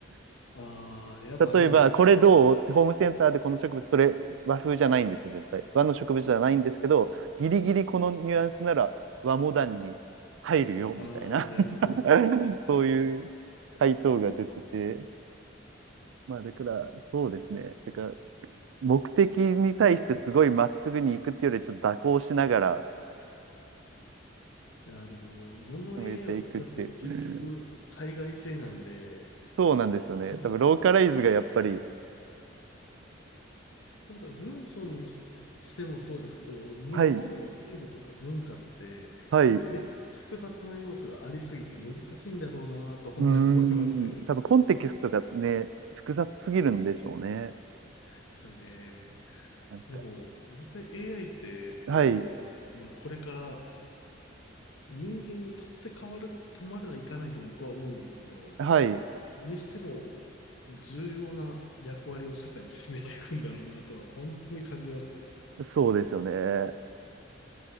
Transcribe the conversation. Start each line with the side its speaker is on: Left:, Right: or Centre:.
Left: ああ、やっぱあるんですね。
Right: 例えば、これどうってホームセンターでこの植物、それ和風じゃないんですよ、絶対。和の植物じゃないんですけど、ギリギリこのニュアンスなら和モダンに入るよ、
Left: ああ、
Right: みたいな。
Left: なるほど。
Right: <laughs> そういう回答が出てて。まあ、だから、そうですね。だから、目的に対してすごいまっすぐに行くっていうより、ちょっと蛇行しながら
Left: いやー、でも、どの
Right: 進めていくっていう。
Left: AI を使っても結局、
Right: うん
Left: 海外製なんで、
Right: そうなんですよね。
Left: なんか、
Right: 多分、ローカライズがやっぱり、
Left: また文章にし、してもそうですけど、日本の言語とか文化って、
Right: はい、はい、
Left: めっちゃ複雑な要素がありすぎて難しいんだろうなと本当に思いますね。
Right: うーん、多分コンテキストがね、複雑すぎるんでしょうね。
Left: <laughs> ですよね。
Right: なんか、
Left: でも、絶対 AI って、あの、
Right: はい、
Left: まあ、これから人間にとって変わるとまではいかないと僕は思うんですけど、
Right: はい、
Left: にしても、重要な役割を社会に占めていくんだろうなとは、本当に感じますね。
Right: そうですよね。